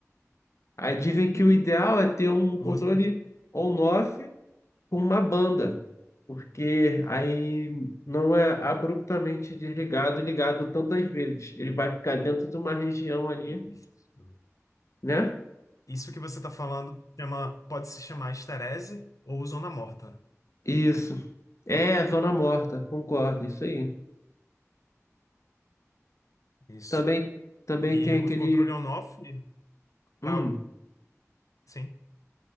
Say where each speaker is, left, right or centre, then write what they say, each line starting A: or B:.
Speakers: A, on the left; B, on the left.
A: Aí dizem que o ideal é ter um controle
B: você...
A: on-off com uma banda, porque aí não é abruptamente desligado e ligado tantas vezes. Ele vai ficar dentro de uma região ali,
B: Isso.
A: né?
B: Isso que você está falando chama- pode se chamar esterese ou zona morta.
A: Isso. É, zona morta, concordo, isso aí.
B: Isso.
A: Também, também
B: E
A: tem
B: o
A: aquele.
B: controle on-off,
A: Hum,
B: pra- sim,